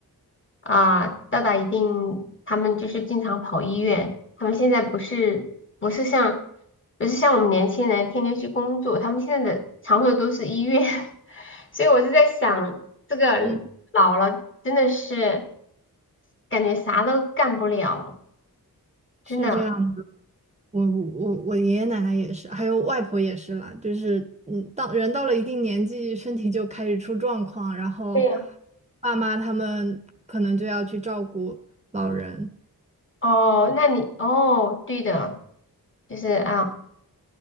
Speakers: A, on the left (about 30°); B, on the right (about 20°).
A: 啊，到达一定，他们就是经常跑医院。他们现在不是不是像不是像我们年轻人天天去工作，他们现在的常规都是医院。<laughs> 所以我就在想，这个老了真的是
B: 嗯，
A: 感觉啥都干不了，
B: 是这样。
A: 真的。
B: 我我我爷爷奶奶也是，还有外婆也是啦，就是嗯，到人到了一定年纪，身体就开始出状况，然后
A: 对呀。
B: 爸妈他们可能就要去照顾老人。
A: 哦，那你哦，对的，就是啊。